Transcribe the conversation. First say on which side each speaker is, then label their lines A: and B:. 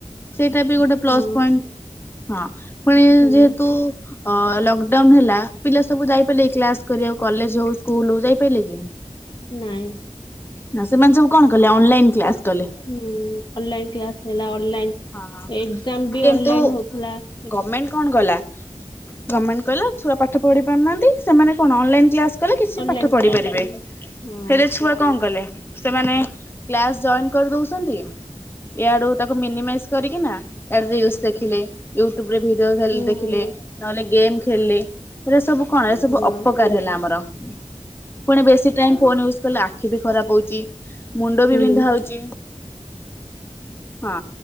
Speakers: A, on the left; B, on the left.
A: ସେଇଟା ବି ଗୋଟେ ପ୍ଲସ
B: ହଁ
A: ପଏଣ୍ଟ। ହଁ। ପଣିଏଁ-
B: ହଁ
A: ଯେହେତୁ ଅ ଲକ୍ଡାଉନ ହେଲା ପିଲା ସବୁ ଯାଇପାରିଲେ କି କ୍ଲାସ କରିଆକୁ କଲେଜ ହଉ ସ୍କୁଲ ହଉ ଯାଇପାରିଲେ କି?
B: ନାଇଁ।
A: ନା ସେମାନେ ସବୁ କଣ କଲେ ଅନଲାଇନ କ୍ଲାସ କଲେ।
B: ହମ୍ ଅନଲାଇନ୍ କ୍ଲାସ ହେଲା। ଅନଲାଇନ୍
A: ହଁ
B: ଏଗଜାମ ବି
A: କିନ୍ତୁ
B: ଅନଲାଇନ୍ ହଉଥିଲା।
A: ଗଭର୍ଣମେଣ୍ଟ କଣ କଲା ଗଭମେଣ୍ଟ କହିଲା ଛୁଆ ପାଠ ପଢ଼ିପରୁନାହାନ୍ତି ସେମାନେ କଣ ଅନଲାଇନ କ୍ଲାସ କଲେ କିଛି
B: ଅନଲାଇନ
A: ପାଠ ପଢି
B: କ୍ଲାସ
A: ପାରିବେ
B: କରିବି ହଁ
A: ହେଲେ ଛୁଆ କଣ କଲେ। ସେମାନେ କ୍ଲାସ ଜଏନ୍ କରିଦଉଛନ୍ <unintelligible> ଏୟାଡୁ ତାକୁ ମିନିମାଇଜ କରିକି ନା ତା ରିଲସ ଦେଖିଲେ ୟୁଟୁବ ଭିଡିଓ ଖାଲି
B: ହୁଁ
A: ଦେଖିଲେ
B: ହୁଁ
A: ନ ହେଲେ ଗେମ୍ ହେଲେ। ଏସବୁ କଣ ଏ ସବୁ
B: ହଁ
A: ଅପକାର ହେଲା ଆମର। ପୁଣି ବେଶୀ ଟାଇମ୍ ଫୋନ୍ ୟୁସ୍ କହିଲେ ଆଖି ବି ଖରାପ ହଉଛି ମୁଣ୍ଡ ବି
B: ହଁ ହୁଁ
A: ବିନ୍ଧା ହଉଛି! ହଁ